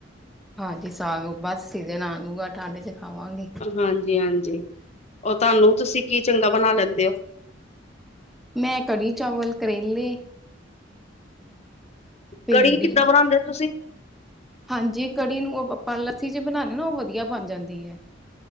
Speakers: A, in the centre; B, on the left.
A: ਹਾਂਜੀ, ਸਾਗ ਬਸ ਸੀਜ਼ਨ ਆਜੂਗਾ ਠੰਡ ਚ ਖਾਵਾਂਗੇ।
B: ਹਾਂਜੀ-ਹਾਂਜੀ ਉਹ ਤੁਹਾਨੂੰ ਤੁਸੀਂ ਕੀ ਚੰਗਾ ਬਣਾ ਲੈਂਦੇ ਹੋ?
A: ਮੈਂ ਕੜੀ ਚਾਵਲ ਕਰੇਲੇ। ਭਿੰਡੀ
B: ਕੜੀ ਕਿੱਦਾਂ ਬਣਾਦੇ ਹੋ ਤੁਸੀਂ?
A: ਹਾਂਜੀ, ਕੜੀ ਨੂੰ ਆਪਾਂ ਲੱਸੀ ਜੇ ਬਣਾਦੇ ਨਾ, ਉਹ ਵਧੀਆ ਬਣ ਜਾਂਦੀ। ਐ।